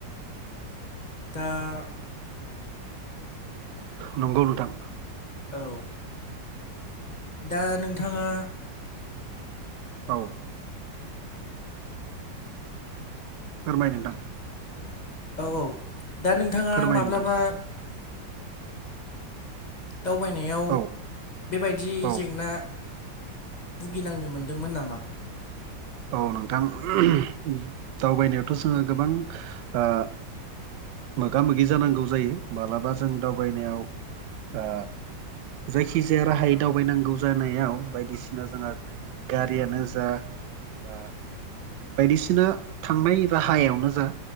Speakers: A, on the left; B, on the right.
A: दा।
B: नंगौ नोंथां।
A: औ। दा नोंथाङा
B: औ फोरमाय नोंथां।
A: औ-औ दा नोंथाङा
B: फोरमाय
A: माब्लाबा
B: नोंथां
A: दावबायनायाव
B: औ
A: बेबायदि
B: औ
A: जेंना भुगिनांनो मोन्दोंमोन नामा?
B: औ नोंथां <unintelligible> दावबायनायावथ' जोङो गोबां ओ मोगा मोगि जानांगौ जायो मालाबा जों दावबायनायाव ओ जायखिजाया राहायै दावबायनांगौ जानायाव बायदिसिना जोंहा गारियानो जा बा-बायदिसिना थांनाय राहायावनो जा